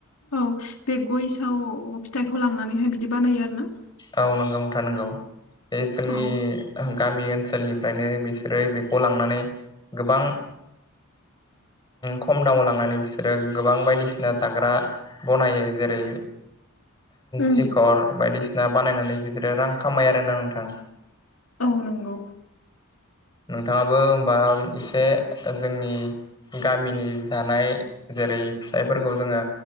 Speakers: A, on the left; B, on the left.
A: औ बे गयसआव फिथाइखौ लांनानैहाय बिदि बानायो आरो ना।
B: औ नोंगौ नोंथा नोंगौ बे जोंनि
A: औ
B: गामि ओनसोलनिफ्रायनो बिसोरो बेखौ लांनानै गोबां खम दामाव लांनानै बिसोरो गोबां बायदिसिना जाग्रा बनायो जेरै
A: उम
B: सिखर बायदिसिना बानायनानै बिदि रां खामायो आरोना नोंथां।
A: औ नोंगौ
B: नोंथाङाबो हबा एसे जोंनि गामिनि जानाय जेरै फिसाइफोरखौ जोङो